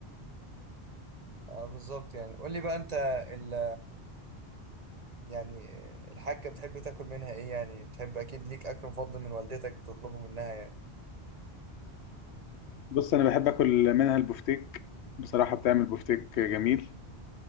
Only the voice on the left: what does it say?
بص انا بحب اكل منها البفتيك بصراحه بتعمل بفتيك جميل